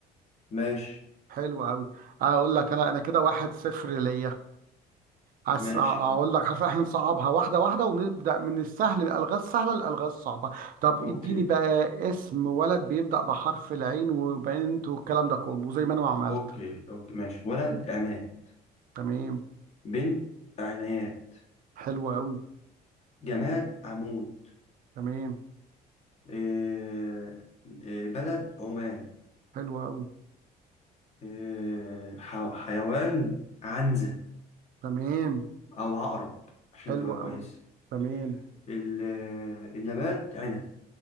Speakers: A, on the left; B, on the right.
A: ماشي
B: حلو قوي اقول لك انا انا كده واحد صفر ليا عس
A: ماشي
B: اقول لك عارف احنا نصعبها واحده واحده ونبدا من السهل الالغاز السهله للالغاز الصعبه طب
A: اوكي
B: اديني بقى اسم ولد بيبدا بحرف العين وبنت والكلام ده كله زي ما انا ما عملت
A: اوكي اوكي ماشي ولد عماد
B: تمام
A: بنت عنايات
B: حلو قوي
A: جماد عمود
B: تمام
A: إيه إيه بلد عمان
B: حلو قوي
A: إيه حو- حيوان عنزة
B: تمام
A: أو عقرب عشان
B: حلو
A: تبقى كويسة
B: قوي تمام
A: ال- النبات عنب